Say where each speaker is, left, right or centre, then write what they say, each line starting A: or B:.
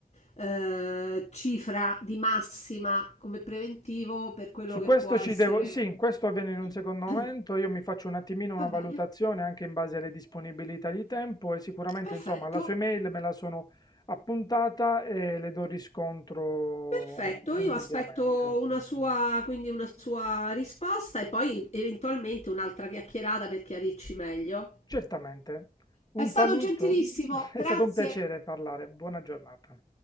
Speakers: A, on the left; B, on the left.
A: eh, cifra di massima come preventivo per quello
B: Su
A: che
B: questo
A: può essere.
B: ci devo, sì, questo avviene in un
A: <coughs>
B: secondo momento,
A: <clears throat>
B: io mi faccio un attimino una
A: Va bene,
B: valutazione anche in base alle disponibilità di tempo e sicuramente,
A: perfetto.
B: insomma, la sua email me la sono appuntata e le do riscontro
A: Perfetto,
B: indubbiamente.
A: io aspetto una sua, quindi una sua risposta e poi eventualmente un'altra chiacchierata per chiarirci meglio.
B: Certamente. Un
A: È stato
B: saluto,
A: gentilissimo,
B: <laughs> è
A: grazie.
B: stato un piacere parlare, buona giornata.